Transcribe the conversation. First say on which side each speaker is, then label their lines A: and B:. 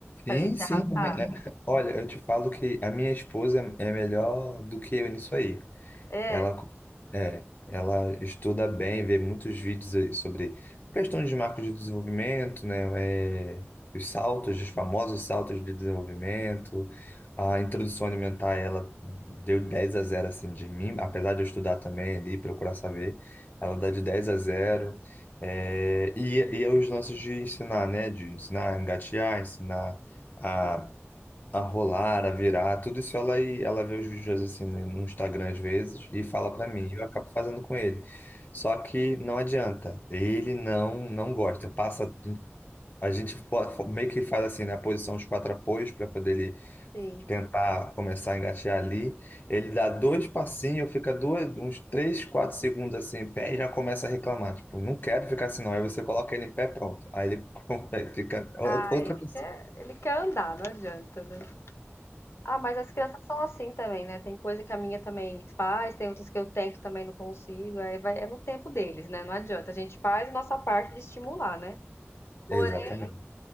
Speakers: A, on the left (about 45°); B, on the left (about 70°).
A: Sim,
B: Pra ele se
A: sim.
B: arrastar?
A: é- é- Olha, eu te falo que a minha esposa é é melhor do que eu nisso aí.
B: É,
A: Ela, co- é, ela estuda bem, vê muitos vídeos aí sobre questões de marcos de desenvolvimento, né? é, os saltos, os famosos saltos de desenvolvimento. A introdução alimentar, ela deu 10 a zero assim, de mim. Apesar de eu estudar também ali, procurar saber, ela dá de dez a zero É, e, e os lances de ensinar, né? De ensinar a engatear, ensinar a a rolar, a virar, tudo isso ela, ela vê os vídeos assim no no Instagram às vezes e fala pra mim, e eu acabo fazendo com ele. Só que não adianta, ele não não gosta. Passa, a gente po- fo- meio que faz assim, né, a posição os quatro apoios para poder ele
B: sim.
A: tentar começar a engatear ali. Ele dá dois passinhos, fica dois, uns três, quatro segundos assim, em pé e já começa a reclamar, tipo, não quero ficar assim não. Aí você coloca ele em pé, pronto. Aí ele <laughs> fica
B: Ah,
A: outra
B: ele
A: pessoa.
B: quer, ele quer andar, não adianta, né? Ah, mas as crianças são assim também, né? Tem coisa que a minha também faz, tem outras que eu tento também não consigo. Aí vai, é no tempo deles, né? Não adianta. A gente faz a nossa parte de estimular, né? Porém,
A: Exatamente.